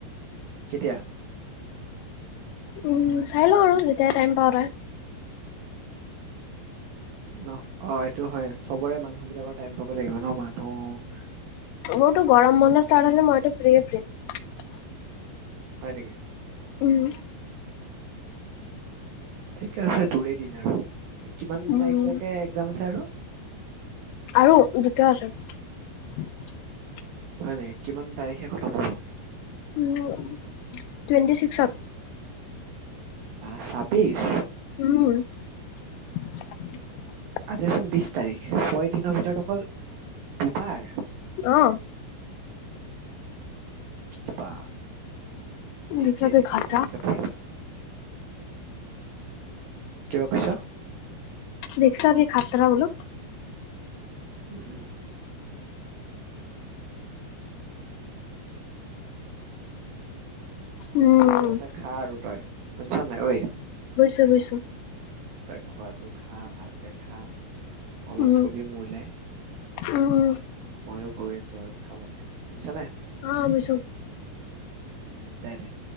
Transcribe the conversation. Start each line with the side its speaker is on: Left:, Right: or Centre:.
Right: কেতিয়া।
Left: উম, চাই লওঁ আৰু যেতিয়াই টাইম পাও তা
Right: ন? অ' এইটো হয় চবৰে মান মানুহ বিলাকৰ টাইম পাব লাগিব ন মানুহ
Left: মোৰতো গৰম বন্ধ ষ্টাৰ্ট হলে মইতো ফ্ৰীয়ে ফ্ৰী।
Right: হয় নেকি?
Left: উম।
Right: ঠিকে আছে তোৰেই দিন আৰু। কিমান
Left: উম
Right: তাৰিখলৈকে এক্জাম আছে আৰু?
Left: আৰু দুটা আছে <inaudible>
Right: হয় নেকি? কিমান তাৰিখে খটম হ'ব?
Left: উম টুৱেণ্টি ছিক্সত।
Right: বা ছাব্বিশ।
Left: উম <unintelligible>
Right: আজিচোন বিশ তাৰিখ। ছয় দিনৰ ভিতৰত অকল দুবাৰ।
Left: অ
Right: কি কিবা? ঠিকেই
Left: ৰিক্সা কে
Right: ঠিকেই
Left: খাতৰা
Right: ভালকে পঢ়িবি। কিবা কৈছ?
Left: দেখচা আজি খাতৰা বোলো!
Right: উম!
Left: উম
Right: ঠিকে আছে। খা আৰু তই শুনিছ নাই ঐ?
Left: বুজিছোঁ।
Right: তই খোৱাাটো খা ভালকে খা! অলপ
Left: উম
Right: থবি মোলে
Left: উম উম
Right: মইয়ো গৈ আছোঁ আৰু খাবলৈ। শুনিছ নাই?
Left: অ'! বুইছো।
Right: উম, দে দে।